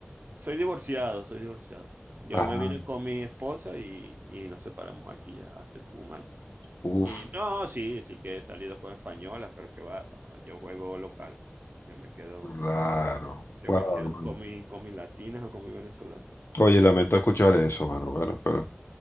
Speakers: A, on the right (about 40°); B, on the left (about 60°).
A: Soy divorciado, soy divorciado. Yo
B: Ah,
A: me vine con mi esposa y, y nos separamos aquí ya hace como un año.
B: uff,
A: Y no, sí, sí que he salido con españolas, pero que va, yo juego local. Yo me quedo,
B: claro.
A: yo
B: Wow,
A: me quedo con mi, con mis latinas o con mi venezolana.
B: Oye, lamento escuchar eso, mano. Bueno, pero